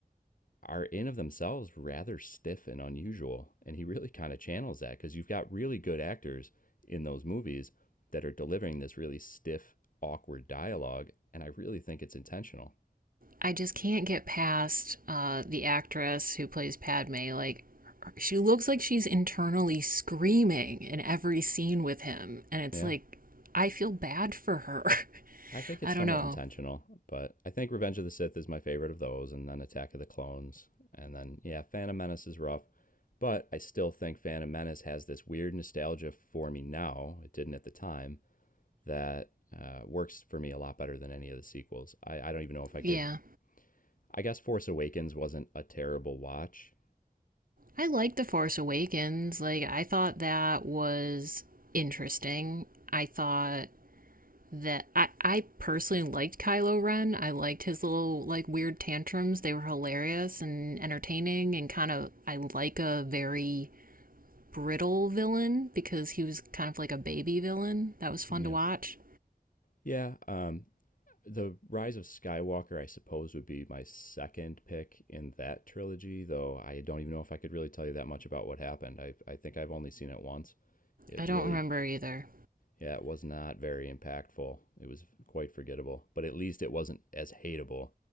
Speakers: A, on the left; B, on the right.
A: are in of themselves rather stiff and unusual. And he really kind of channels that because you've got really good actors in those movies that are delivering this really stiff, awkward dialogue. And I really think it's intentional.
B: I just can't get past uh, the actress who plays Padme. Like, she looks like she's internally screaming in every scene with him. And it's
A: Yeah.
B: like, I feel bad for her. <laughs>
A: I think it's
B: I don't
A: somewhat
B: know.
A: intentional, but I think Revenge of the Sith is my favorite of those, and then Attack of the Clones. And then, yeah, Phantom Menace is rough, but I still think Phantom Menace has this weird nostalgia for me now. It didn't at the time. that uh, works for me a lot better than any of the sequels. I, I don't even know if I could.
B: Yeah.
A: I guess Force Awakens wasn't a terrible watch.
B: I liked The Force Awakens. Like, I thought that was interesting. I thought that I, I personally liked Kylo Ren. I liked his little like weird tantrums. They were hilarious and entertaining and kind of I like a very brittle villain because he was kind of like a baby villain. That was fun
A: Yeah.
B: to watch.
A: Yeah. Um, the Rise of Skywalker, I suppose, would be my second pick in that trilogy, though I don't even know if I could really tell you that much about what happened. I, I think I've only seen it once. It
B: I
A: really,
B: don't remember either.
A: yeah, it was not very impactful. It was quite forgettable, but at least it wasn't as hateable